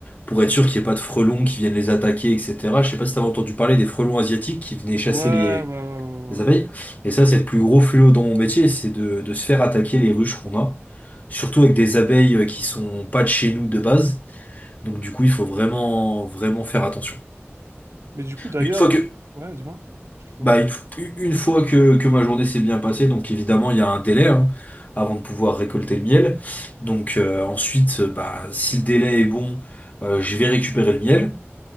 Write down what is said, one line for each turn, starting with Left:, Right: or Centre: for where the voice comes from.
Left: pour être sûr qu'il n'y ait pas de frelons qui viennent les attaquer, etc. Je sais pas si t'avais entendu parler des frelons asiatiques qui venaient chasser
Right: Ouais,
Left: les,
Right: ouais, ouais, ouais.
Left: Les abeilles.
Right: ouais.
Left: Et ça, c'est le plus gros fléau dans mon métier, c'est de, de se faire attaquer les ruches qu'on a. Surtout avec des abeilles euh, qui sont pas de chez nous de base. Donc du coup, il faut vraiment, vraiment faire attention.
Right: Mais du coup, d'ailleurs,
Left: Une fois que,
Right: euh, ouais, dis-moi, excuse-moi.
Left: bah, une, fo- une fois que, que ma journée s'est bien passée, donc évidemment, il y a un délai, hein, avant de pouvoir récolter le miel. Donc euh, ensuite, euh, bah, si le délai est bon, euh, je vais récupérer le miel.